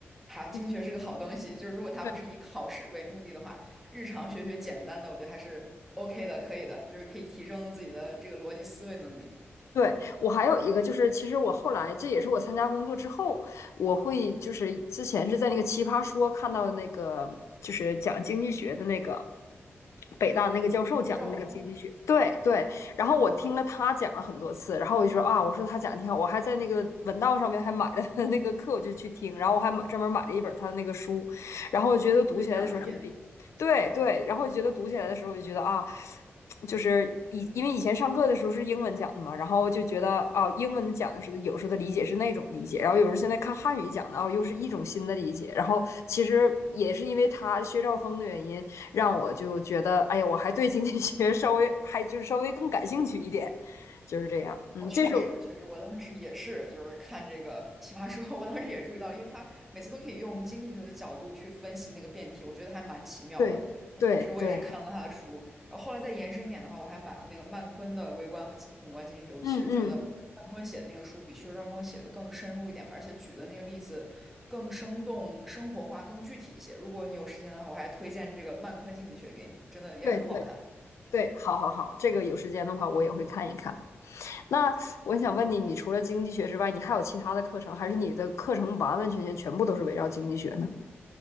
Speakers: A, in the centre; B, on the left (about 80°).
A: 哈，经济学是个好东西，
B: 嗯，
A: 就是如果它不是以考试为目的的话，
B: 对
A: 日常学学简单的，我觉得还是 OK 的，可以的，就是可以提升自己的这个逻辑思维能力。
B: 对，我还有一个就是，其实我后来这也是我参加工作之后，我会就是之前是在那个《奇葩说》看到的那个就是讲经济学的那个北大那个教授讲的那个经济学，
A: 就照峰
B: 对对，然后我听了他讲了很多次，然后我就说啊，我说他讲的挺好，我还在那个文道上面还买了 <laughs> 他的那个课，我就去听，然后我还买专门买了一本他的那个书，然后我觉得读起来的时候就比对对，
A: 经济学讲义，
B: 然后我就觉得读起来的时候我就觉得啊，就是以因为以前上课的时候是英文讲的嘛，然后就觉得啊，英文讲的时候有时候的理解是那种理解，然后有时候现在看汉语讲的哦，又是一种新的理解。然后其实也是因为他薛兆丰的原因，让我就觉得哎呀，我还对经济学稍微还就是稍微更感兴趣一点，就是这样。嗯，
A: 哦，确实，
B: 这是我
A: 确实，我当时也是，就是看这个《奇葩说》，我当时也注意到，了，因为他每次都可以用经济学的角度去分析那个辩题，我觉得还蛮奇妙的。
B: 对对对，
A: 而确实，我也是看了他的书，然后后来再延伸一点的话，我还买了那个曼昆的微观和宏观经济学。我其实觉得曼昆写的那个书比薛兆丰写的更深入一点吧，
B: 嗯嗯，
A: 而且举的那个例子更生动、生活化、更具体一些。如果你有时间的话，我还推荐这个曼昆经济学给你，真的也很好看。
B: 对对对，好好好，这个有时间的话我也会看一看。那我想问你，你除了经济学之外，你还有其他的课程，还是你的课程完完全全全部都是围绕经济学呢？